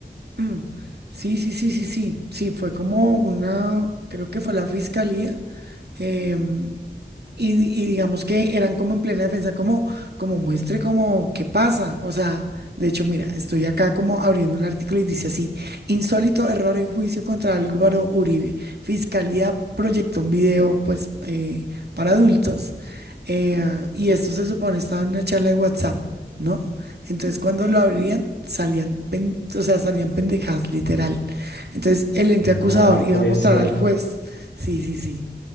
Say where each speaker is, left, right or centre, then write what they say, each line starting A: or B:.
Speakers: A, on the right; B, on the left.
A: Mm, Sí, sí, sí, sí, sí, sí, fue como una, creo que fue la fiscalía, em, y, di- y digamos que eran como en plena defensa, como, como muestre como qué pasa, o sea, de hecho, mira, estoy acá como abriendo un artículo y dice así, insólito error en juicio contra Álvaro Uribe, fiscalía proyectó un video, pues, eh, para adultos, eh, y esto se supone estaba en una charla de WhatsApp, ¿no? Entonces, cuando lo abrían, salían, pen- o sea, salían pendejadas, literal. Entonces, el ente
B: no
A: acusador iba
B: puede
A: a mostrar
B: ser?
A: al juez. Sí, sí, sí.